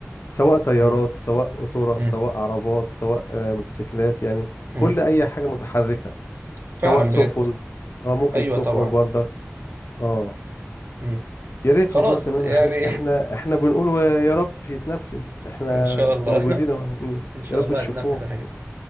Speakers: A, on the left; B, on the right.
A: سواء طيارات
B: مم.
A: سواء قطورة
B: مم.
A: سواء عربات سواء آه، موتوسيكلات يعني كل
B: مم.
A: اي حاجة متحركة سواء
B: فعلا
A: سفن
B: بجد
A: اه ممكن
B: ايوه
A: سفن
B: طبعا
A: برضك اه
B: مم.
A: يا ريت
B: خلاص
A: والله تمام
B: يعني
A: احنا احنا احنا بنقول يا رب يتنفذ احنا
B: <laughs> ان شاء الله
A: موجودين
B: <laughs>
A: اهو ن-
B: ان شاء
A: يا رب
B: الله
A: نشوفوه
B: هتنفذ الحاجات دي